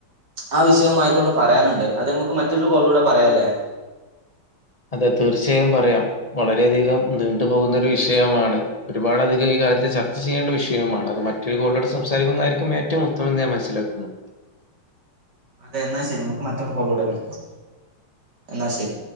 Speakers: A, on the right; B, on the left.
A: അഹ് വിഷയമായ കൊണ്ട് പറയാനുണ്ട് അത് നമുക്ക് മറ്റൊരു കോളിലൂടെ പറയാല്ലേ
B: അതെ തീർച്ചയായും പറയാം വളരെയധികം നീണ്ടു പോവുന്നഒരു വിഷയമാണ് ഒരുപാട് അധികം ഈ കാലത്ത് ചർച്ച ചെയ്യേണ്ട വിഷയമാണ് അത് മറ്റൊരുകോള്ലൂടെ സംസാരിക്കുന്നായിരിക്കും ഏറ്റവും ഉത്തമെന്ന് ഞാൻ മനസിലാക്കുന്നു
A: അതെ എന്നാ ശരി നമുക്ക് മറ്റൊരു കോൾലൂടെ വിളിക്കാം എന്നാ ശരി